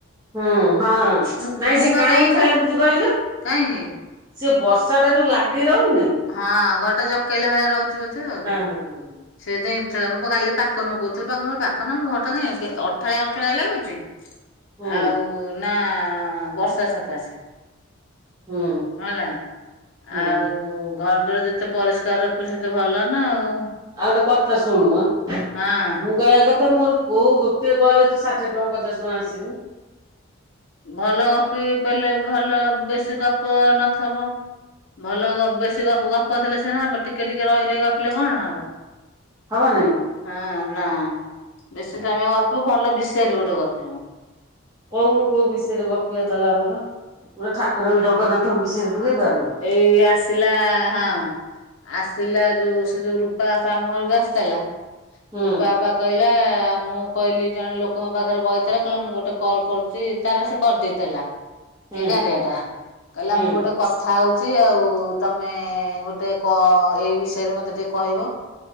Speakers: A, on the right; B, on the left.
A: ହୁଁ ହଁ।
B: ମୁଁ
A: ନାଇଁ
B: ମୁଁ
A: ସେ
B: ବା
A: କାଇଁ
B: କହୁଛି
A: ଇଠା ଲାଗୁଛି କହିଲୁ?
B: କାହିଁକି?
A: ସେ ବର୍ଷା ଟା ଯୋଉଁ ଲାଗି ରହୁନି
B: ହଁ, ଘରଟା ଜକେଇଲା ଭଳିଆ ରହୁଚି ବୋଧେ ଆଉ?
A: ହୁଁ ହୁଁ।
B: ସେଇଥିପାଇଁ ମୁଁ ପା କାଲି ପାକନକୁ କୋଉଥିଲି, ପାକନ, ପାକନ ମୁଁ ଘର ଟାଁ କାଇଁ ଅଠାଳିଆ ଅଠାଳିଆ ଲାଗୁଚି?
A: ହଁ
B: ଆଉ ନା, ବର୍ଷା ସକାଶେ।
A: ହୁଁ
B: ହଁଲା
A: ହୁଁ
B: ଆଉ
A: ହୁଁ
B: ତ, ଘରଟାରୁ ଯେତେ ପରିଷ୍କାର ରଖୁ ସେତେ ଭଲ ନା ଆଉ।
A: ଆଉ ଗୋଟେ କଥା ଶୁଣ୍ ନି।
B: ହଁ।
A: କଇବା କଥା ମୋର କୋଉ ଗୋଟିଏ କଲରେ ତ ଷାଠିଏ ଟଙ୍କା ପଚାଶ ଟଙ୍କା ଆସିନି।
B: ଭଲ ଗପି ପାଇଲେ ଭଲ, ବେଶୀ ଗପ ନଥବ। ଭଲ ଗ ବେଶୀ ଗ ଗପ ଥିଲେ ସିନା ହବ, ଟିକେ ଟିକେ ରହିରହି ଗପିଲେ କଣ ହବ।
A: ହବ ନେଇଁ।
B: ହଁ ନା। ବେଶୀ ସମୟ ଗପିବୁ, ଭଲ ବିଷୟରେ ଗୋଟେ ଗପିବୁ।
A: କୋଉନୁ କୋଉ ବିଷୟରେ ଗପିବା କଉନୁ ଗତାଲେ ଆମର। ପୁରା ଠାକୁରଙ୍କ ଜଗନ୍ନାଥଙ୍କ ବିଷୟରେ ପୁରେଇଦବାନଲେ।
B: ଏଇ ଆସିଲା ହଁ। ଆସିଲା ଯୋଉ ସେ ଯୋଉ ରୂପା ବାପା ଆମ ଘରକୁ ଆସିଥିଲା।
A: ହୁଁ
B: ରୂପା ବାପା କହିଲା, ମୁଁ କହିଲି ଜଣେ ଲୋକ ମୋ ପାଖରେ ବହିଥିଲା, କହିଲା ମୁଁ ଗୋଟେ କଲ୍ କରୁଚି, ତାର ସେ କରିଦେଇଥିଲା।
A: ହୁଁ
B: ଏଗାରିଆଟା। କହିଲା
A: ହୁଁ
B: ମୁଁ ଗୋଟେ ଥାଉଚି ଆଉ, ତମେ ଗୋଟେ କ ଏଇ ବିଷୟରେ ମତେ ଟିକେ କହିବ।